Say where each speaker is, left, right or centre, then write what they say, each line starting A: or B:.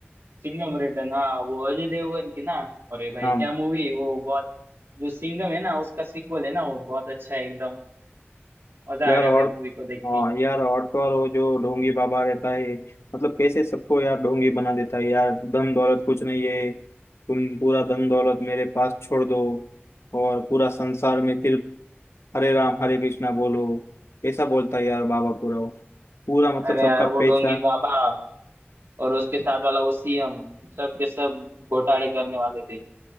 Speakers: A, on the right (about 70°); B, on the left (about 85°).
A: सिंघम रिटर्न हाँ वो अजय देवगन की ना अरे भाई
B: हाँ
A: क्या मूवी है वो बहुत जो सिंघम है ना उसका सीक्वल है ना वो बहुत अच्छा है एकदम मजा
B: यार
A: आ गया
B: और
A: भाई मूवी को देख
B: हाँ
A: के
B: यार और तो और वो जो ढोंगी बाबा रहता है मतलब कैसे सबको यार ढोंगी बना देता है यार धन दौलत कुछ नहीं है तुम पूरा धन दौलत मेरे पास छोड़ दो और पूरा संसार में सिर्फ हरे राम हरे कृष्णा बोलो ऐसा बोलता है यार बाबा पूरा वो पूरा मतलब
A: अरे
B: सबका
A: यार वो
B: पैसा
A: डोंगी बाबा और उसके साथ वाला वो सीएम सब के सब घोटाले करने वाले थे